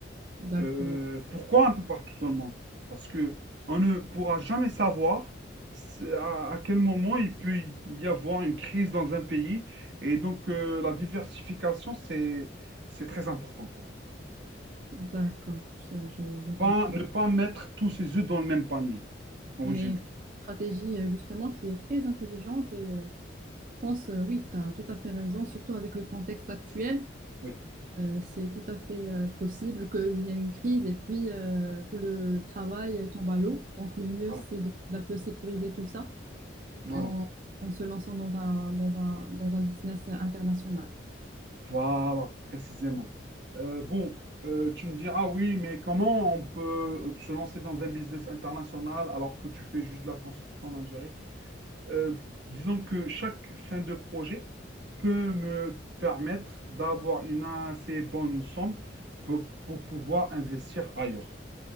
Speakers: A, on the right (about 45°); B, on the right (about 70°).
A: D'accord,
B: Euh, pourquoi un peu partout dans le monde? Parce que on ne pourra jamais savoir c'est à, à quel moment il peut y avoir une crise dans un pays. Et donc, euh, la diversification, c'est, c'est très important, quoi.
A: d'accord, je, je, je comprends.
B: Pas, ne pas mettre tous ses œufs dans le même panier, en
A: Mais
B: résumé.
A: stratégie, euh, justement, qui est très intelligente et euh, je pense, euh, oui, tu as tout à fait raison, surtout avec le contexte actuel.
B: Oui,
A: Euh, c'est tout à fait euh, possible qu'il y ait une crise et puis euh, tout le travail tombe à l'eau. Donc, le mieux,
B: voilà,
A: c'est de- d'un peu sécuriser tout ça
B: voilà,
A: en, en se lançant dans un, dans un, dans un business international.
B: voilà, précisément. Euh, bon, euh, tu me diras, oui, mais comment on peut se lancer dans un business international alors que tu fais juste de la construction en Algérie? Euh, disons que chaque fin de projet peut me permettre d'avoir une assez bonne somme pour, pour pouvoir investir ailleurs.